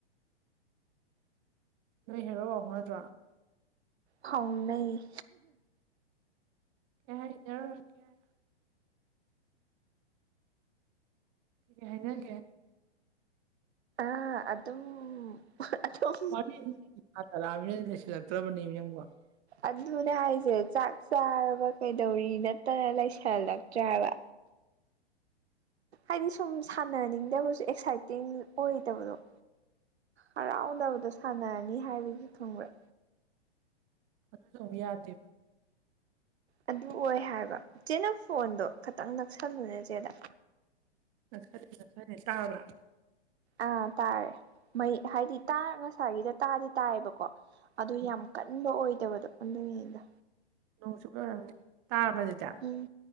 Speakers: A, on the right; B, on the right.
A: ꯅꯣꯏ ꯍꯦꯔꯣ ꯄꯥꯎ ꯐꯥꯎꯅꯗ꯭ꯔ‌ꯣ
B: ꯐꯥꯎꯅꯩ
A: <unintelligible> ꯀꯩ ꯍꯥꯏꯅꯒꯦ
B: ꯑꯥ ꯑꯗꯨꯝ ꯑꯗꯨꯝ
A: ꯋꯥꯔꯤ <inaudible> ꯂꯩꯁꯜꯂꯛꯇ꯭ꯔꯕꯅ‌ꯦꯃꯤ ꯅꯪꯕ‌ꯣ
B: ꯑꯗꯨꯅꯦ ꯍꯥꯏꯁꯦ ꯆꯥꯛ ꯆꯥꯔꯕ ꯀꯩꯗꯧꯔꯤ ꯅꯠꯇꯅ ꯂꯩꯁꯜꯂꯛꯇ꯭ꯔꯦ ꯍꯥꯏꯕ ꯍꯥꯏꯗꯤ ꯁꯨꯝ ꯁꯥꯟꯅꯅꯤꯡꯗꯕꯁꯨ ꯑꯦꯛꯁꯥꯏꯇꯤꯡ ꯑꯣꯏꯗꯕꯗꯣ ꯍꯔꯥꯎꯅꯕꯗꯣ ꯁꯥꯟꯅꯔꯅꯤ ꯍꯥꯏꯕꯒꯤ ꯈꯪꯕ꯭ꯔꯦ
A: ꯑꯗꯨ ꯇꯧꯕ ꯌꯥꯗꯦꯕ
B: ꯑꯗꯨ ꯑꯣꯏ ꯍꯥꯏꯕ ꯆꯦ ꯅꯪ ꯐꯣꯟꯗꯣ ꯈꯇꯪ ꯅꯛꯁꯜꯂꯨꯅꯦ ꯆꯦꯗ
A: ꯅꯛꯁꯜꯂ‌ꯦ ꯅꯛꯁꯜꯂ‌ꯦ ꯇꯥꯔꯕ
B: ꯑꯥ ꯇꯥꯔꯦ ꯃꯩ ꯍꯥꯏꯗꯤ ꯇꯥ ꯉꯁꯥꯏꯒꯤꯗ ꯇꯥꯗꯤ ꯇꯥꯏꯌꯦꯕꯀꯣ ꯑꯗꯨ
A: ꯎꯝ
B: ꯌꯥꯝ ꯀꯟꯕ ꯑꯣꯏꯗꯕꯗꯣ ꯑꯗꯨꯒꯤꯅꯤꯗ
A: ꯅꯣꯡ ꯆꯨꯕꯩ ꯑꯣꯏꯔꯝꯅꯤ ꯇꯥꯔꯕꯗꯨꯗ
B: ꯎꯝ